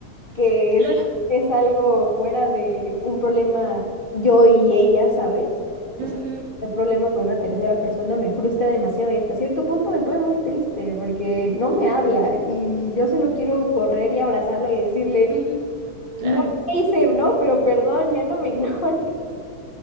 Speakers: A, on the left; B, on the right.
A: que
B: Claro.
A: es, es algo fuera de un problema yo y ella, ¿sabes? O
B: ujú,
A: sea, el problema por una tercera persona me frustra demasiado y hasta cierto punto me pone muy triste porque no me habla y yo solo quiero correr y abrazarla y decirle,
B: ujú, Claro,
A: no sé qué hice, no, pero perdón, ya no me ignores.